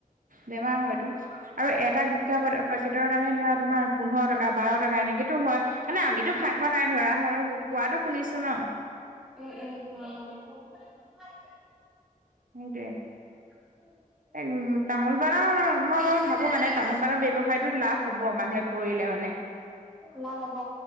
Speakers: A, on the right (about 70°); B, in the centre.
A: বেমাৰ হয়তো। আৰু এটা গুটকা পেকেটৰ দামেই ধৰা তোমাৰ পোন্ধৰ টকা বাৰ টকা এনেকেতো হয়। মানে আমিতো
B: অ' উম,
A: খাই পোৱা নাই ধৰা হ'লেও কোৱাতটো শুনিছো ন?
B: উম', হয়-হয়।
A: সেইটোৱে।
B: <unintelligible>
A: উম', তামোল-পাণৰ মই অলপমান ভাবো মানে তামোল পাৰ ব্যৱসায়টোত লাভ হ'ব মানুহে কৰিলে মানে।
B: লাভ হ'ব